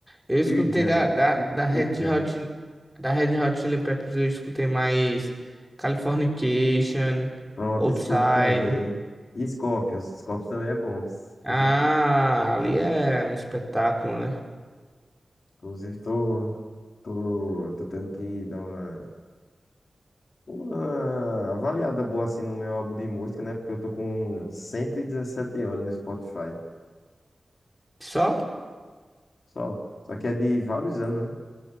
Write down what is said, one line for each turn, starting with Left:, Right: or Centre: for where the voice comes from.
Centre: Eu escutei
Left: Pearl Jam.
Centre: da, da,
Left: Pearl
Centre: da Red
Left: Pearl Jam.
Centre: Hot, Chili- da Red Hot Chili Peppers, eu escutei mais Californication,
Left: Pronto,
Centre: Outside.
Left: escuto também. E Scorpions. Scorpions também é bom. viu?
Centre: Ah,
Left: Inclusive, tô,
Centre: ali é um espetáculo, né?
Left: inclusive tô, tô, tô tendo que dar uma, uma avaliada boa assim no meu álbum de música, né? Porque eu tô com 117 horas no Spotify.
Centre: Só?
Left: Só. Só que é de vários anos, né?